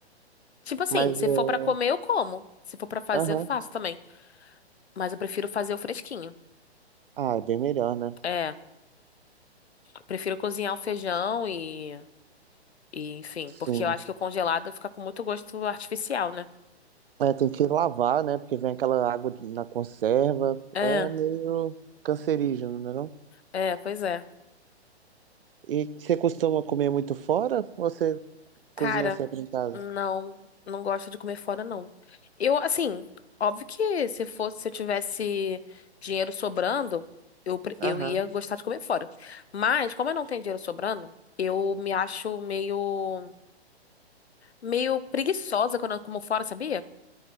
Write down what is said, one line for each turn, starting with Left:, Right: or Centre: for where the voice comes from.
Left: Tipo assim,
Right: Mas,
Left: se
Right: é,
Left: for pra comer, eu como. Se for pra fazer,
Right: aham.
Left: eu faço também. Mas eu prefiro fazer o fresquinho.
Right: Ah, é bem melhor, né?
Left: É, prefiro cozinhar o feijão e, e enfim, porque
Right: Sim.
Left: eu acho que o congelado fica com muito gosto artificial, né?
Right: É, tem que lavar, né? Porque vem aquela água de- na conserva.
Left: É,
Right: É meio cancerígeno, né? Não?
Left: é, pois é.
Right: E você costuma comer muito fora ou você
Left: Cara,
Right: cozinha sempre em casa?
Left: não, não gosto de comer fora, não. Eu, assim, óbvio que se fosse, se eu tivesse dinheiro sobrando, eu, pre-
Right: Aham.
Left: eu ia gostar de comer fora. Mas, como eu não tenho dinheiro sobrando, eu me acho meio. meio preguiçosa quando eu como fora, sabia?